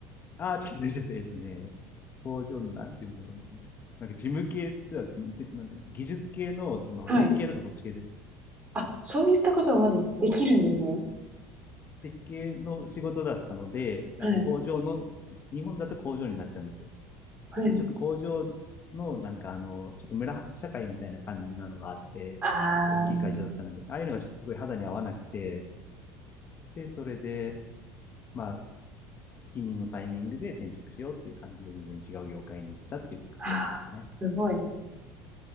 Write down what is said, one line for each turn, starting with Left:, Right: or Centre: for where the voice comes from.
Left: ああ、違う違う違う、えっとね、工場の、なんて言うんだろうね。なんか事務系って言ったら事務、なんて、技術系の、その設計とかそっち系です。
Right: はい。あ、そういったことをまずできるんですね。
Left: そう設計の仕事だったので、あの工場の、
Right: はい、
Left: 日本だと工場になっちゃうんですよ。
Right: はい。
Left: で、ちょっと工場の、なんかあの、ちょっと村社会みたいな感じなのがあって、
Right: あ
Left: 結構大きい会社だったので、
Right: あ、
Left: ああいうのがちょっとすごい肌に合わなくて、で、それで、まあ、帰任のタイミングで転職しようっていう感じで全然違う業界に行ったっていう感じですね。
Right: はあ、すごい。